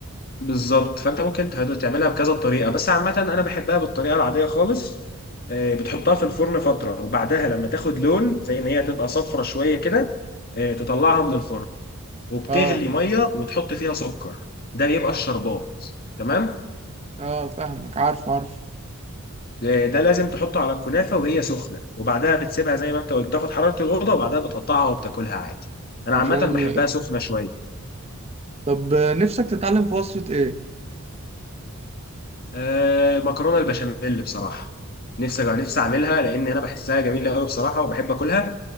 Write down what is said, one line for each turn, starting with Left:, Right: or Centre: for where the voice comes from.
Left: بالظبط فانت ممكن تحط- تعملها بكذا طريقه بس عامه انا بحبها بالطريقه العاديه خالص آه، بتحطها في الفرن فتره وبعدها لما تاخد لون زي ان هي تبقى صفرة شويه كده آه، تطلعها من الفرن وبتغلي
Right: اه
Left: ميه وتحط فيها سكر ده بيبقى الشربات تمام
Right: اه فاهمك عارف عارف
Left: آه، ده لازم تحطه على الكنافه وهي سخنه وبعدها بتسيبها زي ما انت قلت تاخد حراره الاوضه وبعدها بتقطعها وبتاكلها عادي انا
Right: عشان
Left: عامه بحبها
Right: ال...
Left: سخنه شويه
Right: طب نفسك تتعلم في وصفه ايه
Left: آه مكرونه البشاميل بصراحه نفسي نفسي اعملها لان انا بحسها جميله قوي بصراحه وبحب اكلها